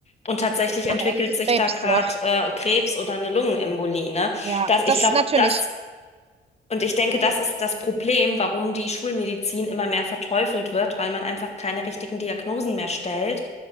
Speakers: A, on the left (about 35°); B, on the right (about 30°).
A: Und tatsächlich entwickelt
B: nachher ist es
A: sich
B: Krebs,
A: da gerade
B: ne?
A: äh, Krebs oder eine Lungenembolie, ne?
B: Ja,
A: Das, ich
B: das
A: glaube,
B: natürlich
A: das und ich denke, das ist das Problem, warum die Schulmedizin immer mehr verteufelt wird, weil man einfach keine richtigen Diagnosen mehr stellt.